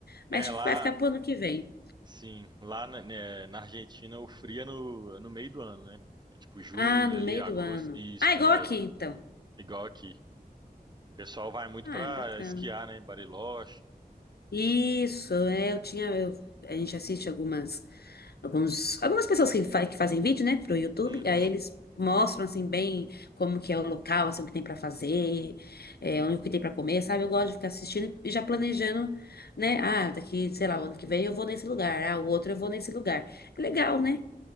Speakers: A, on the left (about 85°); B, on the right (about 30°).
A: mas
B: É,
A: acho
B: lá,
A: que vai ficar pro ano que vem.
B: sim, lá na, né, na Argentina o frio é no, é no meio do ano, né? É tipo julho
A: Ah, no
B: ali,
A: meio
B: agosto,
A: do ano.
B: e isso
A: Ah,
B: que
A: igual
B: neva,
A: aqui, então.
B: igual aqui. O pessoal vai muito
A: Ah,
B: pra
A: bacana.
B: esquiar, né, em Bariloche,
A: Isso, é, eu tinha, eu- a gente assiste algumas alguns, algumas pessoas que, fa- que fazem vídeo, né, pro YouTube,
B: Uhum,
A: aí eles mostram, assim, bem como que é o local, assim, o que tem para fazer, é, onde que tem para comer, sabe? Eu gosto de ficar assistindo e já planejando, né? Ah, daqui, sei lá, o ano que vem eu vou nesse lugar, ah, o outro eu vou nesse lugar. Legal, né?